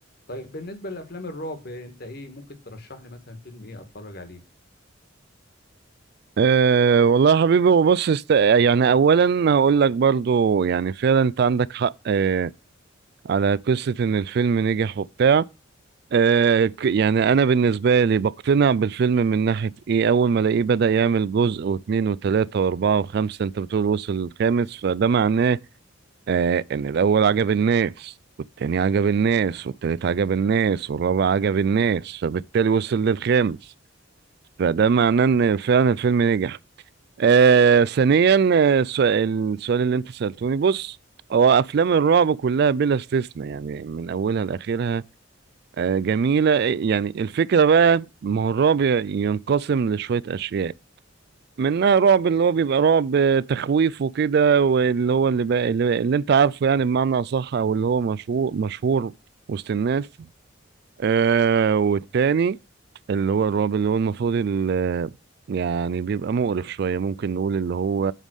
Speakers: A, on the left (about 50°); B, on the right (about 50°).
A: طيب بالنسبه لافلام الرعب انت ايه ممكن ترشح لي مثلا فيلم ايه اتفرج عليه
B: أه والله يا حبيبي وبص است... يعني اولا هقول لك برضو يعني فعلا انت عندك حق أه على قصة ان الفيلم نجح وبتاع أه ك- يعني انا بالنسبة لي بقتنع بالفيلم من ناحية ايه اول ما الاقيه بدأ يعمل جزء واثنين وثلاثة واربعة وخمسة انت بتقول وصل الخامس فده معناه آه ان الاول عجب الناس والتاني عجب الناس والتالت عجب الناس والرابع عجب الناس فبالتالي وصل للخامس فده معناه ان فعلا الفيلم نجح آه ثانيا آه، السؤال السؤال اللي انت سألتوني بص هو افلام الرعب كلها بلا استثناء يعني من اولها لاخرها آه جميلة يعني الفكرة بقى ما هو الرعب ينقسم لشوية اشياء منها رعب اللي هو بيبقى رعب آه، تخويف وكده واللي هو اللي, بقى اللي, اللي انت عارفه يعني بمعنى أصح او اللي هو مشهور مشهور وسط الناس آه والتاني اللي هو الرعب اللي هو المفروض ال- يعني بيبقى مقرف شوية ممكن نقول اللي هو